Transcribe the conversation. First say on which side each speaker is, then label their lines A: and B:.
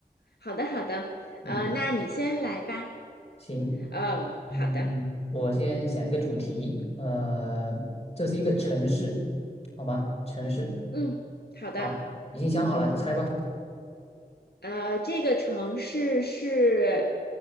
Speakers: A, on the left (about 75°); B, on the left (about 40°).
A: 好的，好的，
B: 嗯，
A: 呃，那你先来吧。
B: 行，
A: 嗯，好的，
B: 嗯，我先想一个主题，呃，这是一个城市，好吗？城市，
A: 嗯，好的。
B: 好，已经想好了，你猜吧。
A: 呃，这个城市是，